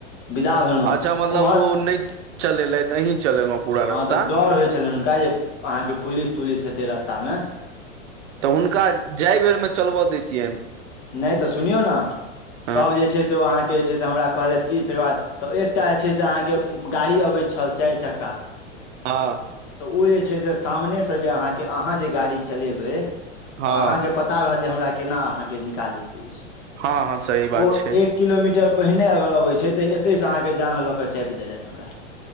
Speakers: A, on the left; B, on the right.
A: विदा भेलहुं
B: अच्छा मतलब
A: उम्हर
B: ओ नहि चलेलथि अहीं चलेलहुँ पूरा
A: हँ
B: रस्ता
A: तऽ डर होइ छलनि हुनका जे अहाँ के पुलिस तुलिस हेते रस्ता मे
B: तऽ हुनका जाय बेरमे चलबय दैतियनि
A: नहि तऽ सुनियौ ने
B: हँ
A: तब जे छै से ओ अहाँके जे छै से हमरा कहलथि कि तकर बाद तऽ एकटा जे छै से अहाँके गाड़ी अबैत छल चारि चक्का
B: हँ
A: तऽ ओ जे छै से सामने से जे अहाँके अहाँ जे गाड़ी चलेबै तऽ
B: हँ
A: अहाँके पता पता रहत जे हमरा केना अहाँके निकालै के अछि
B: हँ हँ सही बात
A: ओ
B: छै
A: एक किलोमीटर पहिने अगर अबैत छै तऽ एतैसँ अहाँके जाँग लऽ कऽ चापि देलथि हमरा